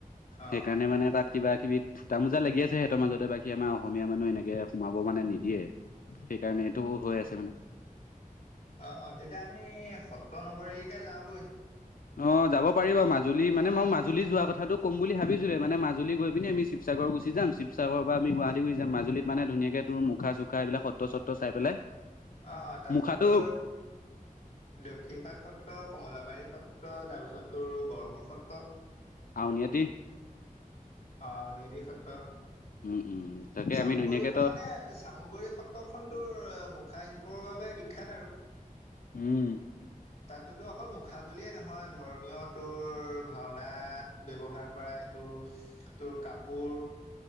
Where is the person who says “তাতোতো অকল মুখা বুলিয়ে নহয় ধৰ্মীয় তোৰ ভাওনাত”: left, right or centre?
Left